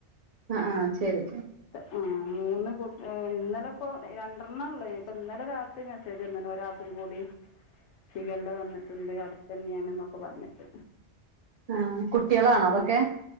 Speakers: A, on the right (about 55°); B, on the left (about 85°).
A: ആഹ്, ആഹ് ശെരി.
B: ആ മൂന്ന് കുട്ട് ഇന്നലെ ഇപ്പൊ രണ്ടർണ്ണ ഇള്ളേ, ഇപ്പ ഇന്നലെ രാത്രി മെസ്സേജ് വെന്ന്ണ് ഒരാക്കും കൂടി. ശിഖല്ല വന്നിട്ടുണ്ട് അടുത്ത തന്നെയാണ് എന്നൊക്കെ പറഞ്ഞിട്ട്.
A: ആ കുട്ടിളാണോ അതൊക്കെ?
B: ചോദിച്ചു